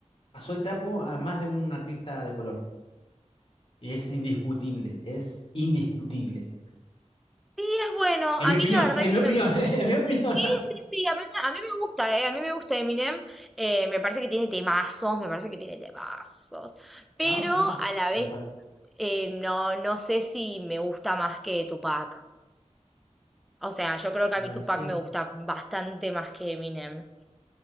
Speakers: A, on the left (about 50°); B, in the centre.
A: pasó el trapo a más de un artista de color. Y es indiscutible, es indiscutible.
B: Sí, es bueno.
A: En
B: A
A: mi
B: mí
A: opinión,
B: la verdad
A: <laughs> en
B: que
A: mi opinión,
B: me,
A: <laughs> en mi opinión.
B: Sí, sí, sí, a mí, me- a mí me gusta, eh, a mí me gusta Eminem, eh, me parece que tiene temazos, me parece que tiene temazos, pero
A: No, sí,
B: a la vez
A: tal cual.
B: eh, no, no sé si me gusta más que Tupac, o sea, yo creo que
A: Bueno,
B: a mí Tupac
A: sí.
B: me gusta bastante más que Eminem,